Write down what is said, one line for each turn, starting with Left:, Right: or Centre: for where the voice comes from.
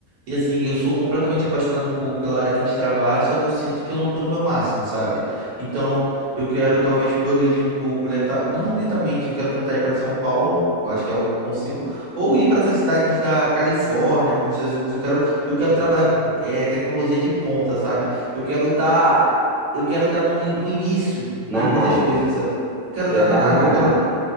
Right: E assim, eu sou completamente apaixonado por, pela área que a gente trabalha, só que eu sinto que eu não estou no meu máximo, sabe? Então, eu quero talvez progredir um pouco, lenta, não lentamente, eu quero tentar ir para São Paulo, eu acho que é algo que eu consigo, ou ir para essas cidades da Califórnia, para os Estados Unidos. Eu quero, eu quero trabalhar com eh, tecnologia de ponta, sabe? Eu quero estar, eu quero estar no, no início
Centre: Na
Right: de muitas
Centre: nata,
Right: coisas, sabe? Quero
Centre: Tu quer
Right: estar na
Centre: estar
Right: nata,
Centre: na
Right: eu quero
Centre: nada.